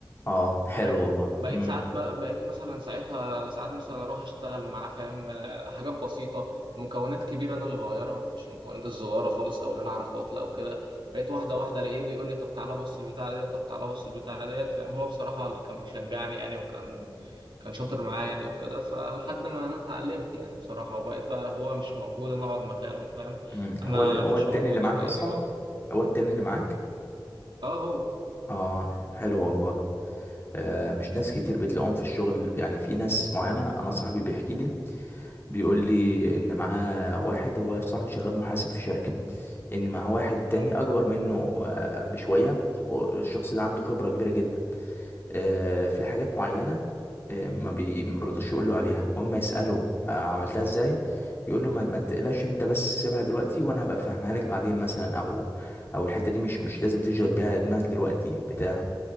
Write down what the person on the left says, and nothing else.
اه حلو
والله
امم
امم هو
ال...
هو التاني
اللي معاك
اصلا
هو التاني اللي معاك
اه حلو والله آه، مش ناس كتير بتلاقوهم في الشغل يعني في ناس معينة أنا صاحبي بيحكي لي بيقول لي إن معاه واحد هو صاحبي شغال محاسب في شركة إن معاه واحد تاني
أكبر منه آه، بشوية والشخص ده عنده خبرة كبيرة جدا آه، في حاجات معينة آه، ما بي ما بيرضوش يقولوا عليها واما يسأله آه، عملتها ازاي يقول له ما, ما تقلقش انت بس سيبها دلوقتي وانا هبقى افهمها لك بعدين مثلا او او الحتة دي مش مش لازم تشغل بيها دماغك دلوقتي بتاع